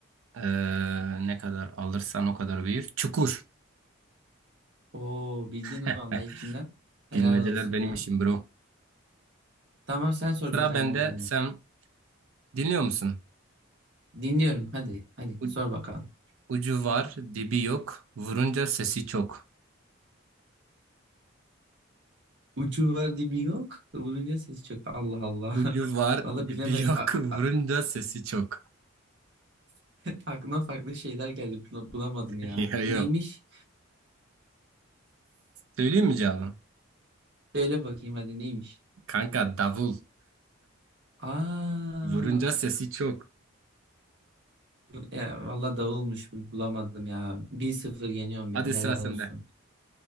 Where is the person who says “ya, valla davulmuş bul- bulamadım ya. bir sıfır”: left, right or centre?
Right